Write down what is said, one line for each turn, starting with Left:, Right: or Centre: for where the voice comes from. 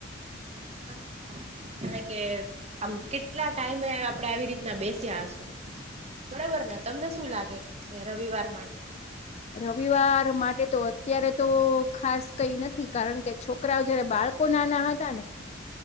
Right: <unintelligible> કાર કે આમ કેટલા ટાઈમે આપડે આવી રીતના બેસ્યા હસુ. બરાબર ને તમને શું લાગે છે? રવિવાર માટે.
Left: રવિવાર માટે તો અત્યારે તો ખાસ કઈ નથી. કારણ કે છોકરાઓ જયારે બાળકો નાના હતા ને